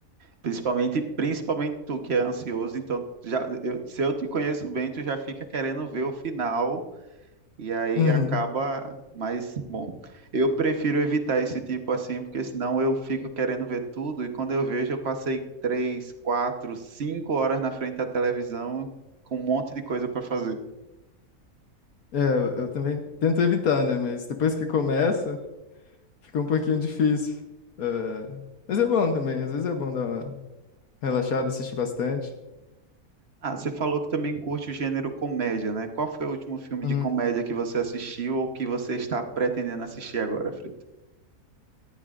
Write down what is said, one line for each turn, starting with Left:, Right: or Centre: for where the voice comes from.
Right: principalmente, principalmente tu que é ansioso, então já, eu- se eu te conheço bem, tu já fica querendo ver o final E aí
Left: Uhum.
Right: acaba, mas bom, eu prefiro evitar esse tipo assim, porque senão eu fico querendo ver tudo e quando eu vejo eu passei três, quatro, cinco horas na frente da televisão com um monte de coisa para fazer.
Left: É, eu eu também tento evitar, né? Mas depois que começa. Fica um pouquinho difícil. É, Mas é bom também, às vezes é bom dar uma relaxada, assistir bastante.
Right: Ah, você falou que também curte o gênero comédia, né? Qual foi o último filme
Left: Uhum.
Right: de comédia que você assistiu ou que você está pretendendo assistir agora, Frito?